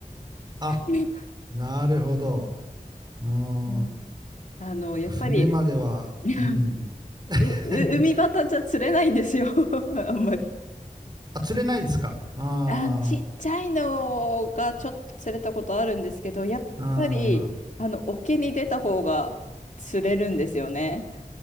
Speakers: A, on the right (about 30°); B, on the left (about 60°).
A: あ、
B: <laughs>
A: なるほど。うん。
B: うんあの、やっぱり、
A: 船までは、
B: うん
A: うん。<laughs>
B: う、う海端じゃ釣れないんですよ <laughs> あんまり。
A: あ、釣れないですかあ
B: あ、ちっちゃいのがちょっと釣れたことあるんですけど、やっぱり、
A: あ、うん。
B: あの、沖に出た方が釣れるんですよね。